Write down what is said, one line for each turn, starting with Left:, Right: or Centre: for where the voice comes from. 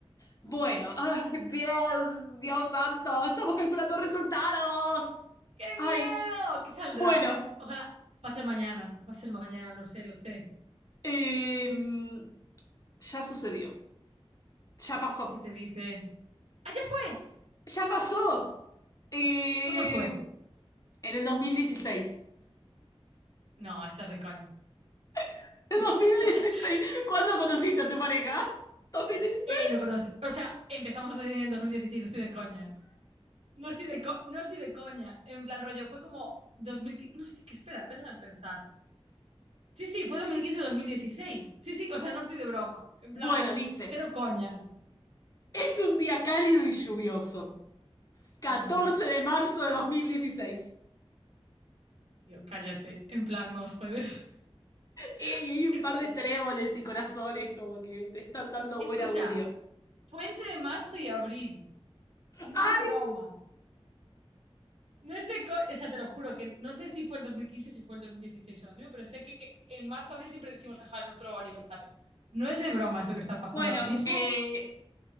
Left: bueno, <laughs> ay, Dios, Dios santo, estamos calculando resultados.
Right: ¡Qué
Left: Ay,
Right: miedo! ¿Qué saldrá?
Left: bueno,
Right: Ojalá. Va a ser mañana, va a ser mañana, lo sé, lo sé.
Left: em, ya sucedió, ya pasó,
Right: ¿Qué te dice? ¡Allá fue!
Left: ya pasó. Eh,
Right: ¿Cuándo fue?
Left: en el 2016.
Right: No, estás de caña.
Left: <laughs> ¿En
Right: <laughs>
Left: 2016? ¿Cuándo conociste a tu pareja? ¿2016?
Right: Eh, lo conocí. O sea, empezamos a salir en el dos mil dieciséis no estoy de coña, ¿eh? No estoy de, co- no estoy de coña. En plan, rollo, fue como 2015. No, sí, que espera, déjame pensar. Sí, sí, fue dos dos mil quince mil dieciséis Sí, sí, o sea, no estoy de broma. En
Left: Bueno,
Right: plan,
Left: dice.
Right: cero coñas.
Left: Es un día cálido y lluvioso. catorce
Right: Bueno, bueno,
Left: de marzo de 2016.
Right: tío, cállate. En plan, no os puedes.
Left: Eh,
Right: <laughs>
Left: Y hay un
Right: Tío,
Left: par de tréboles y corazones como que te están dando
Right: Escucha,
Left: buen augurio.
Right: fue entre marzo y abril. No
Left: ¡Ay!
Right: es de broma.
Left: no!
Right: No es de. co- O sea, te lo juro que no sé si fue el 2015, si fue el 2016 o lo mismo, pero sé que en marzo, abril siempre decimos que es nuestro aniversario. No es de broma esto que está pasando
Left: Bueno,
Right: ahora mismo.
Left: eh,